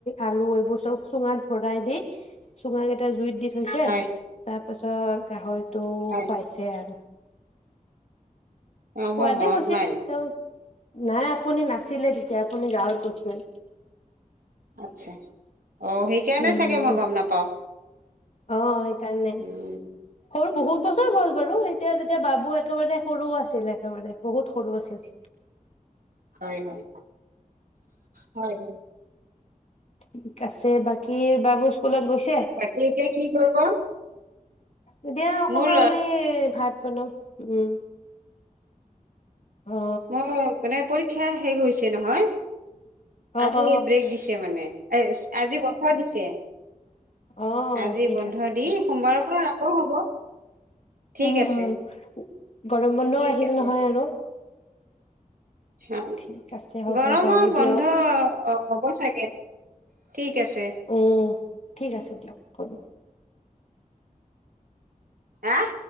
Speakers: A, on the left; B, on the right.
A: আলু এইবোৰ চব চুঙাত ভৰাই দি চুঙাক এটা জুইত দি থৈছে
B: হয়
A: ত তাৰ পাছত গাহৰিটো
B: হয়
A: পাইছে আৰু
B: অ মোৰ
A: পোৱা
B: মনত
A: দে হৈছিল
B: নাই
A: ত নাই আপুনি নাছিলে তেতিয়া আপুনি গাঁৱত গৈছিল।
B: আচছা অ সেইকাৰণে
A: উম
B: চাগে মই গম নাপাও।
A: অ সেই সেই কাৰণে
B: উম
A: সৰু বহুত বছৰ হল বাৰু এতিয়াদি, এতিয়া বাবু একেবাৰে সৰুও আছিল একেবাৰে বহুত সৰু আছিল
B: হয় হয় হয়!
A: উম কছে বাকী বাবু স্কুলত গৈছে
B: বাকী এতিয়া কি কৰিব
A: এতিয়া অকমান
B: মোৰ ল'ৰা
A: এই ভাত বনাও। উম! অ
B: মও মানে পৰীক্ষা শেষ হৈছে। হৈছে নহয়।
A: অ
B: আজি
A: অ
B: ব্ৰেক দিছে মানে। এচ আজি বন্ধ দিছে।
A: অ
B: আজি
A: ঠিক
B: বন্ধ
A: আছে
B: দি
A: ঠিক
B: সোমবাৰৰ পৰা অ' হ'ব ঠিক
A: উম
B: আছে
A: উম, গৰম বন্ধও
B: ঠিক
A: আহিল
B: আছে
A: নহয়, আৰু
B: হ'
A: ঠিক আছে হ'ব
B: গৰমৰ
A: বাৰু দিয়ক
B: বন্ধ হ'ব চাগে, ঠিক আছে।
A: উম ঠিক আছে দিয়ক হ'ব।
B: আহ